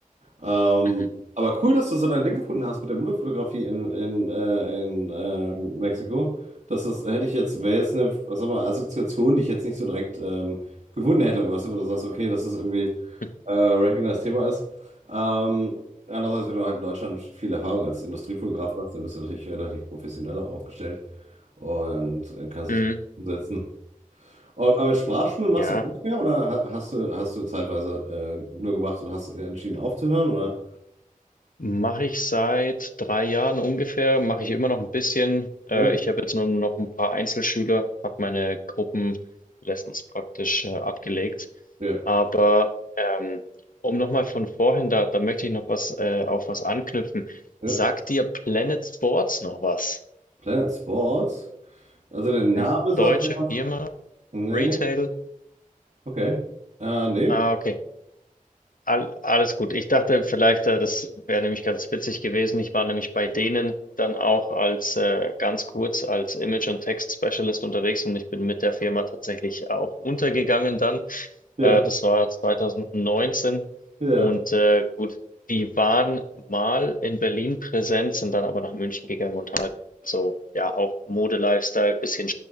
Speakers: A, on the right; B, on the left.
A: Ähm,
B: Mhm.
A: aber cool, dass du so dein Ding gefunden hast mit der Modefotografie in, in, äh, in äh, Mexiko. Das ist, hätte ich jetzt, wäre jetzt eine, was sag mal, Assoziation, die ich jetzt nicht so direkt ähm, gefunden hätte, wo du sagst, okay, das ist irgendwie.
B: Mhm.
A: äh, Racking Thema ist. Ähm, andererseits, wenn du halt in Deutschland viel Erfahrung als Industriefotograf hast, dann bist du natürlich relativ professionell auch aufgestellt und äh, kannst
B: Mhm.
A: es gut umsetzen. Aber aber mit Sprachschulen machst
B: Ja.
A: du gar nicht mehr oder ha- hast du, hast du zeitweise äh, nur gemacht und hast entschieden aufzuhören, oder?
B: Mache ich seit drei Jahren ungefähr, mache ich immer noch ein bisschen. Äh,
A: Ja,
B: ich habe jetzt nur noch ein paar Einzelschüler, habe meine Gruppenlessons praktisch äh, abgelegt.
A: ja,
B: Aber ähm, um nochmal von vorhin, da, da möchte ich noch was äh, auf was anknüpfen.
A: ja.
B: Sagt dir Planet Sports noch was?
A: Planet Sports? Also der Name
B: Hm?
A: sagt
B: Deutsche
A: mir was?
B: Firma,
A: Nee,
B: Retail?
A: okay. Äh, nee?
B: Ah, okay. All, alles gut. Ich dachte vielleicht, äh, das wäre nämlich ganz witzig gewesen. Ich war nämlich bei denen dann auch als äh, ganz kurz als Image- und Text-Specialist unterwegs und ich bin mit der Firma tatsächlich auch untergegangen dann.
A: Ja,
B: Äh, das war 2019
A: ja,
B: und äh, gut, die waren mal in Berlin präsent, sind dann aber nach München gegangen und haben halt so, ja, auch Mode-Lifestyle, bisschen